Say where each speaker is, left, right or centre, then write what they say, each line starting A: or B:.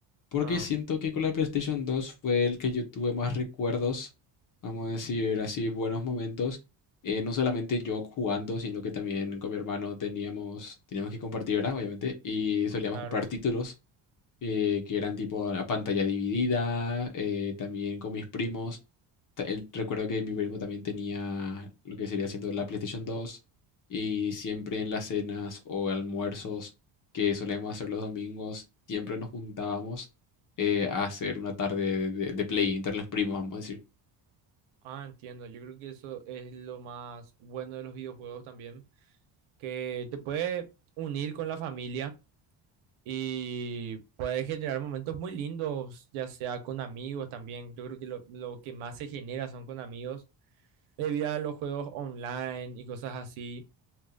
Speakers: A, on the left (about 40°); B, on the right (about 80°).
A: Porque
B: ah.
A: siento que con la PlayStation 2 fue el que yo tuve más recuerdos, vamos a decir así, buenos momentos. Eh, no solamente yo jugando, sino que también con mi hermano teníamos, teníamos que compartir, ¿verdad? Obviamente. Y solíamos
B: Claro.
A: comprar títulos eh, que eran tipo a pantalla dividida, eh, también con mis primos. Ta- el- recuerdo que mi primo también tenía lo que sería siendo la PlayStation 2 y siempre en las cenas o almuerzos que solemos hacer los domingos, siempre nos juntábamos eh, a hacer una tarde de, de de play entre los primos, vamos a decir.
B: Ah, entiendo. Yo creo que eso es lo más bueno de los videojuegos también, que te puede unir con la familia y puede generar momentos muy lindos, ya sea con amigos también. Yo creo que lo, lo que más se genera son con amigos, debido a los juegos online y cosas así.